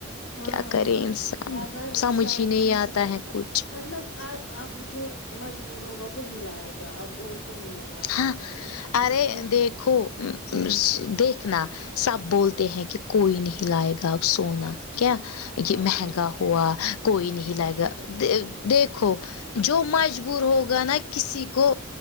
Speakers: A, on the left; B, on the left.
A: ہاں
B: کیا کرے
A: ہاں
B: انسان
A: ورنا
B: سمجھ
A: شادی
B: ہی نہیں
A: سیزنس
B: آتا ہے کچھ
A: مطلب آ اب جو مجبور ہوگا وہی لائے گا اب اور کوئی نہیں لا سکتا
B: ہاں
A: ہے ایسے
B: ارے دیکھو ام ام دیکھنا سب بولتے ہیں کہ کوئی نہیں لائے گا اب سونا کیا یہ
A: ہاں
B: مہنگا ہوا کوئی نہیں لائے گا دے دیکھو جو مجبور ہوگا نا کسی کو